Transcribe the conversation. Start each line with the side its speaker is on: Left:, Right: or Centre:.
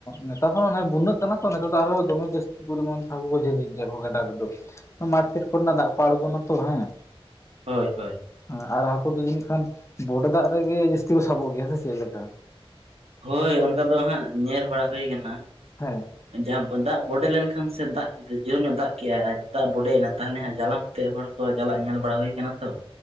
Left: ᱱᱮᱛᱟᱨ ᱦᱚᱸ ᱚᱱᱮ ᱵᱩᱱᱱᱟᱹᱜ ᱠᱟᱱᱟ ᱛᱚ ᱱᱮᱛᱟᱨ ᱫᱚ ᱟᱨᱦᱚᱸ ᱫᱚᱢᱮ ᱡᱟᱹᱥᱛᱤ <unintelligible> ᱛᱮ ᱦᱟᱠᱳ ᱠᱚ ᱡᱷᱟᱹᱞᱤᱜ ᱜᱮᱭᱟ ᱠᱚ ᱜᱟᱰᱟ ᱨᱮᱫᱚ ᱢᱟᱴᱠᱷᱮᱛ ᱠᱚᱨᱮᱱᱟᱜ ᱫᱟᱜ ᱠᱚ ᱟᱸᱲᱜᱚᱱᱟ ᱛᱚ ᱦᱮᱸ
Right: ᱦᱳᱭ ᱦᱳᱭ
Left: ᱦᱮᱸ ᱟᱨ ᱦᱟᱠᱳ ᱫᱚ ᱡᱟᱹᱱᱤᱡ ᱠᱷᱟᱱ ᱵᱚᱰᱮ ᱫᱟᱜ ᱨᱮᱜᱮ ᱡᱟᱹᱥᱛᱤ ᱠᱚ ᱥᱟᱵᱚᱜ ᱜᱮᱭᱟ ᱥᱮ ᱪᱮᱫᱞᱮᱠᱟ?
Right: ᱦᱳᱭ ᱚᱱᱠᱟ ᱫᱚ ᱦᱟᱸᱜ ᱧᱮᱞ ᱵᱟᱲᱟ ᱦᱳᱭ ᱠᱟᱱᱟ
Left: ᱦᱮᱸ
Right: ᱡᱟᱦᱟᱸ ᱫᱟᱜ ᱵᱚᱰᱮ ᱞᱮᱱᱠᱷᱟᱱ ᱥᱮ ᱫᱟᱜ ᱡᱩᱫᱤ ᱡᱳᱨ ᱧᱚᱜ ᱫᱟᱜ ᱠᱮᱜᱼᱟ ᱟᱨ ᱫᱟᱜ ᱵᱚᱰᱮᱭᱮᱱᱟ ᱛᱟᱦᱚᱞᱮ ᱦᱟᱸᱜ ᱡᱟᱞᱟᱢ ᱛᱮᱜ ᱦᱚᱲ ᱠᱚ ᱪᱟᱞᱟᱜ ᱧᱮᱞ ᱵᱟᱲᱟ ᱦᱩᱭ ᱠᱟᱱᱟ ᱛᱚ